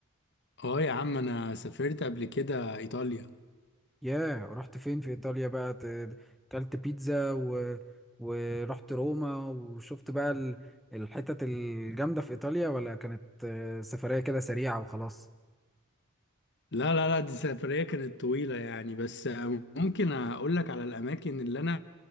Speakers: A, on the left; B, in the centre.
A: اه يا عم انا سافرت قبل كده ايطاليا
B: ياه رحت فين في ايطاليا بقى ت- كلت بيتزا و... ورحت روما وشفت بقى ال- الحتت الجامدة في ايطاليا ولا كانت آه، سفرية كده سريعة وخلاص
A: لا لا لا دي سفرية كانت طويلة يعني بس آه، ممكن اقول لك على الاماكن اللي انا